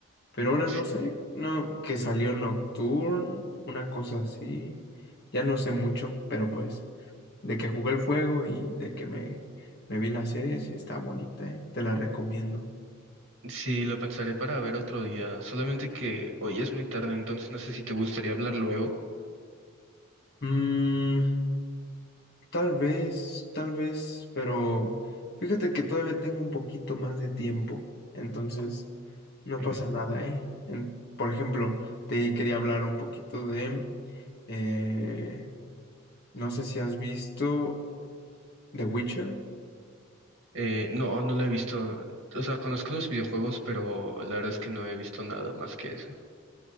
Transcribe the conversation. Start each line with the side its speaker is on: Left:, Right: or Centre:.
Left: Pero ahora
Right: Sí,
Left: no sé, no, que salió Nocturne, una cosa así, ya no sé mucho, pero pues, de que jugué el juego y de que me, me vi la serie, sí está bonita, ¿eh? Te la recomiendo.
Right: Sí, lo pensaré para ver otro día. Solamente que hoy ya es muy tarde, entonces no sé si te gustaría hablar luego.
Left: Mm, Tal vez, tal vez, pero fíjate que todavía tengo un poquito más de tiempo, entonces no
Right: Ujú.
Left: pasa nada, ¿eh? En- por ejemplo, te quería hablar un poquito de, eh, no sé si has visto The Witcher,
Right: Eh, no, no lo he visto. O sea, conozco los videojuegos, pero la verdad es que no he visto nada más que eso.